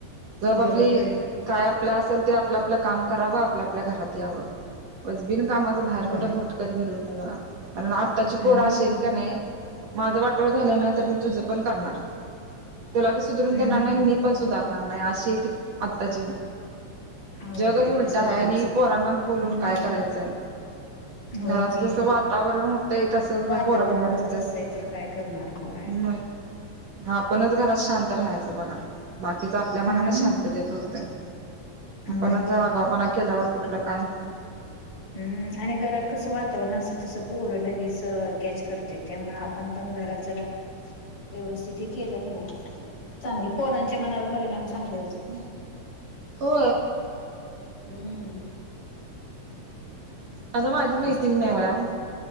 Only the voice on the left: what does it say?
बरोबर
आहे की.
होय.
हम्म
हम्म
आवड
बाई
सगळं
असलं.
हम्म
होय
की
वातावरणच
तसं आहे तर काय करणार होय.
हम्म
होय
की.
हम्म आणि घरात कसं वातावरण असत तस पोर लगेच कॅच करते त्यामुळे आपण पण घरात जरा व्यवस्थित ही केल कने चांगलं पोरांच्या मनावर परिणाम चांगले होतेत नय
हम्म
असतेत पोरं
पण